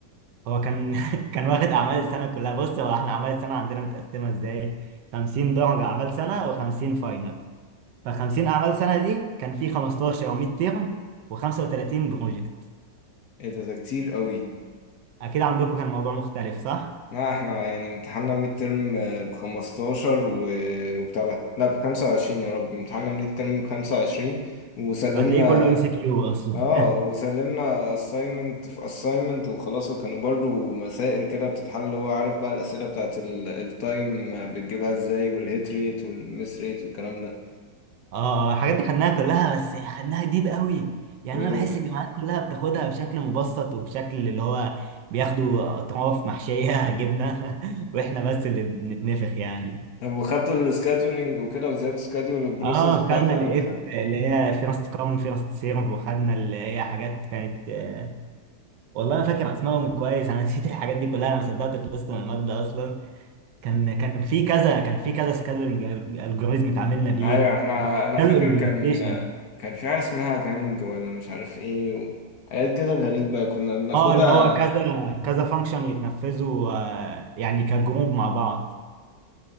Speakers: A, on the right; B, on the left.
A: هو كان <laughs> كان واخد اعمال السنه كلها بص هو احنا اعمال السنه عندنا متقسمه ازاي 50 درجه اعمال سنه و50 فاينل ف50 اعمال سنه دي كان في 15 او 100 ترم و35 بروجكت
B: ايه ده ده كتير قوي
A: اكيد عندكم كان موضوع مختلف صح
B: لا احنا يعني امتحاننا ميد ترم بخمستاشر و... وبتاع ده. لا بخمسة وعشرين يا رب امتحاننا ميد ترم بخمسة وعشرين وسلمنا
A: وهتلاقيه كله ام سي كيو اصلا
B: اه
A: <laughs>
B: وسلمنا assignment في assignment وخلاص وكانوا برضو مسائل كده بتتحل هو عارف بقى الأسئلة بتاعت التايم بتجيبها ازاي والهيت ريت والمس ريت والكلام ده
A: اه آه، الحاجات دي خدناها كلها بس خدناها ديب قوي يعني
B: وال-
A: انا بحس الجامعات كلها بتاخدها بشكل مبسط وبشكل اللي هو بياخدوا اطراف محشيه <laughs> جبنه <laughs> واحنا بس اللي بنتنفخ يعني
B: طب وخدتوا السكادولينج وكده وازاي تسكادول البروسيس
A: اه
B: بتاعتك
A: خدنا الاف
B: وكده
A: اللي هي فيرست كام فيرست سيرف وخدنا اللي هي حاجات كانت آه، والله انا فاكر اسمائهم كويس انا <laughs> نسيت الحاجات دي كلها انا ما صدقت خلصت من الماده اصلا كان كان في كذا كان في كذا سكادولينج الجوريزم اتعاملنا بيه
B: ايوه احنا
A: وعملوا
B: انا فاكر
A: امبلمنتيشن
B: كان كان في حاجة اسمها جانج ولا مش عارف ايه و... حاجات كده غريبة كنا بناخدها
A: اه اللي هو كذا كذا فانكشن يتنفذوا آه، يعني كجروب مع بعض